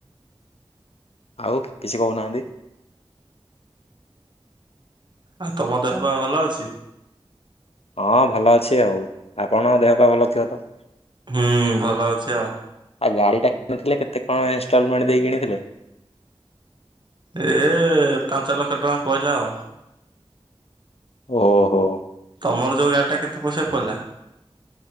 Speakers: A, on the left; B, on the right.
A: ଆଉ କିଛି କହୁନାହାନ୍ତି।
B: ଆଉ ତମ ଦେହ ପା ଭଲ ଅଛି।
A: ହଁ ଭଲ ଅଛି ଆଉ ଆପଣଙ୍କ ଦେହ ପା ଭଲ ଥିବ ତ
B: ହୁଁ ଭଲ ଅଛି ଆଉ।
A: ଆ ଗାଡି ଟା କିଣିଥିଲେ କେତେ କଣ ଇନଷ୍ଟଲମେଣ୍ଟ ଦେଇ କିଣିଥିଲେ?
B: ଏ ପାଞ୍ଚ ଲକ୍ଷ ଟଙ୍କା ପହିଲା ଆଉ।
A: ଓହୋ।
B: ତମର ଯୋଉ ଗାଡି ଟା କେତେ ପଇସା ପଡିଲା?